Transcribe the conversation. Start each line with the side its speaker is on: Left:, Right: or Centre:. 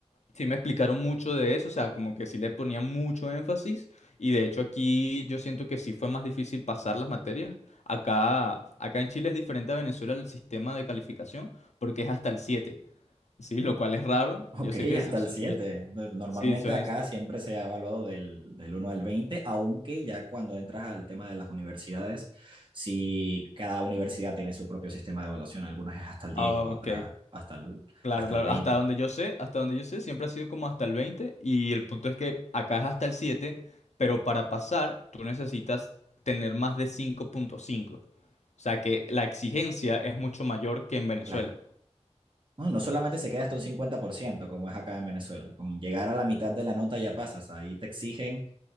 Left: sí me explicaron mucho de eso, o sea, como que sí le ponían mucho énfasis y de hecho aquí yo siento que sí fue más difícil pasar las materias. Acá, acá en Chile es diferente a Venezuela el sistema de calificación porque es hasta el 7, ¿sí? Lo cual es raro. Yo
Right: Ok,
Left: sé que es-
Right: hasta
Left: es-
Right: el 7.
Left: yo,
Right: Pues, Normalmente
Left: sí, eso
Right: acá
Left: es-
Right: siempre se ha evaluado del, del uno al 20, aunque ya cuando entras al tema de las universidades, si cada universidad tiene su propio sistema de evaluación, algunas es hasta el 10,
Left: ah,
Right: otras
Left: ok,
Right: hasta el,
Left: claro,
Right: hasta
Left: claro.
Right: el 20.
Left: Hasta donde yo sé, hasta donde yo sé, siempre ha sido como hasta el 20 y el punto es que acá es hasta el 7, pero para pasar tú necesitas tener más de cinco punto cinco. O sea que la exigencia
Right: Ok,
Left: es mucho mayor que en Venezuela.
Right: Claro. No, no solamente se queda hasta un 50% como es acá en Venezuela, con llegar a la mitad de la nota ya pasas, ahí te exigen